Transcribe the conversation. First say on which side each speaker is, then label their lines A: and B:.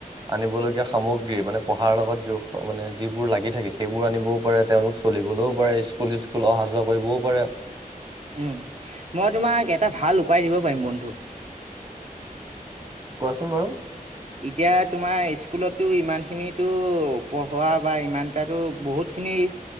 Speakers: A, on the right; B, on the right.
A: আনিবলগীয়া সামগ্ৰী মানে পঢ ঢ়াৰ লগত য মানে যিবোৰ লাগি থাকে, সেইবোৰ আনিবও পাৰে তেওঁলোক চলিবলৈও পাৰে স্কুল - স্কুল অহা যোৱা কৰিবও পাৰে
B: উম, মই তোমাক এটা ভাল উপায় দিব পাৰিম বন্ধু
A: কোৱাচোন বাৰু?
B: এতিয়া তোমাৰ স্কুলতো ইমানখিনিতো পঢ়োৱা বা ইমানটাতো বহুত খিনি